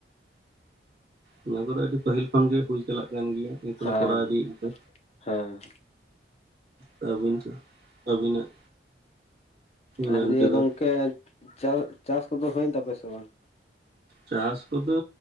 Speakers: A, on the right (about 55°); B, on the left (about 35°).
A: ᱚᱱᱟ ᱠᱚᱫᱚ ᱟᱹᱰᱤ ᱯᱟᱹᱦᱤᱞ ᱠᱷᱚᱱ ᱜᱮ ᱦᱩᱭ ᱪᱟᱞᱟᱜ ᱠᱟᱱ ᱜᱮᱭᱟ᱾ ᱱᱤᱛ ᱦᱚᱞᱮ
B: ᱦᱮᱸ
A: ᱠᱚᱨᱟᱣ ᱤᱫᱤ ᱮᱫ ᱜᱮ
B: ᱦᱮᱸ᱾
A: ᱛᱟᱵᱤᱱ ᱛᱚ ᱟᱹᱵᱤᱱᱟᱜ᱾ ᱢᱮᱱ
B: ᱟᱨ <inaudible>
A: ᱛᱮᱫᱚ
B: ᱜᱚᱝᱠᱮ ᱪᱟᱥ ᱪᱟᱥ ᱠᱚᱫᱚ ᱦᱩᱭᱮᱱ ᱛᱟᱯᱮᱭᱟ ᱥᱮ ᱵᱟᱝ?
A: ᱪᱟᱥ ᱠᱚᱫᱚ